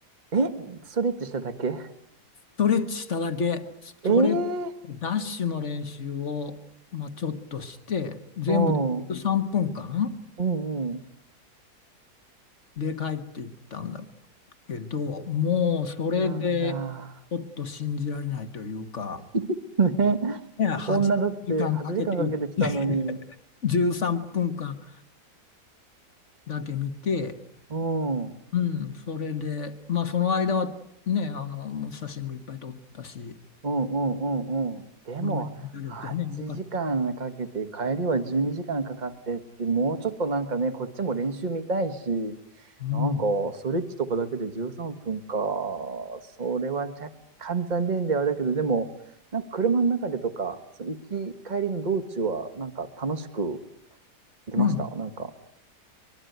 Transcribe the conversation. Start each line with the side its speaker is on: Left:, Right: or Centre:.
Right: え、ストレッチしただけ
Left: トレッチしただけ、ストレッチ、
Right: ええー、
Left: ダッシュの練習を、まあ、ちょっとして、全部で3分間
Right: うん、うんう
Left: で帰っていったんだけど、もうそれで、
Right: ん。なんだ。
Left: ちょっと信じられないというか、
Right: <laughs> ね。
Left: ね、8時間かんかけて行っ
Right: 女だって8時間かんかけてきたのに。
Left: て、13分間だけ見て、
Right: うん。
Left: うん、それで、まあその間はね、あの、もう写真もいっぱい撮ったし、
Right: うんうんうんうん。でも、
Left: この目で見られてね、
Right: 8時間かんかけて、
Left: よかった。
Right: 帰りは12時間かんかかってって、もうちょっとなんかね、こっちも練習見たいし、
Left: うん、
Right: なんか、ストレッチとかだけで13分か。それは若干残念ではあるけど、でも、なんか車の中でとか、その行き、帰りの道中は、なんか楽しく行きました。
Left: うん、
Right: なんか。